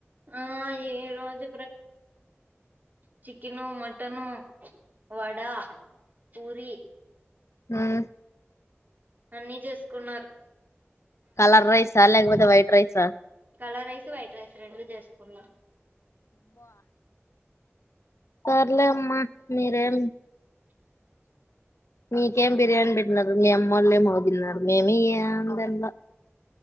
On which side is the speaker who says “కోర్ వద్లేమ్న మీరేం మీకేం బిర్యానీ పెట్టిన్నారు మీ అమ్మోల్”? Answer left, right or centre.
Left